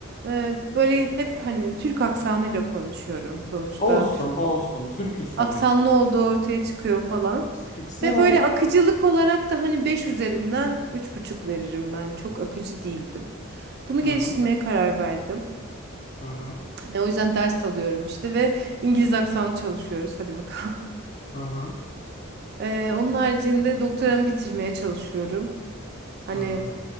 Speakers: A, on the right (about 50°); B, on the left (about 35°).
A: e, böyle hep hani Türk aksanıyla konuşuyorum sonuçta.
B: Olsun,
A: Türk
B: olsun. Türk'üz sonuçta.
A: aksanlı olduğu ortaya çıkıyor falan.
B: Çıksın.
A: Ve böyle akıcılık olarak da hani 5 üzerinden üç buçuk veririm ben. Çok akıcı değildim. Bunu
B: Hı
A: geliştirmeye
B: hı,
A: karar verdim.
B: hı hı,
A: Hani o yüzden ders alıyorum işte ve İngiliz aksanı çalışıyoruz. Hadi bakalım. <laughs>
B: hı hı,
A: E, onun haricinde doktoramı bitirmeye çalışıyorum. Hani
B: hı hı,